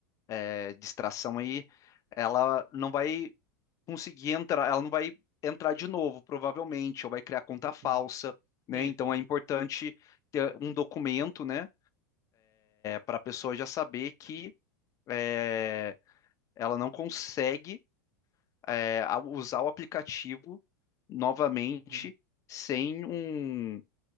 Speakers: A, on the left (about 30°); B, on the right (about 45°).
A: eh, distração aí, ela não vai conseguir entrar, ela não vai entrar de novo, provavelmente, ou vai criar conta
B: Uhum.
A: falsa, né?
B: Isso.
A: Então é importante ter um documento, né, para a pessoa já saber que eh, ela não consegue eh, a- usar o aplicativo novamente
B: Uhum,
A: sem um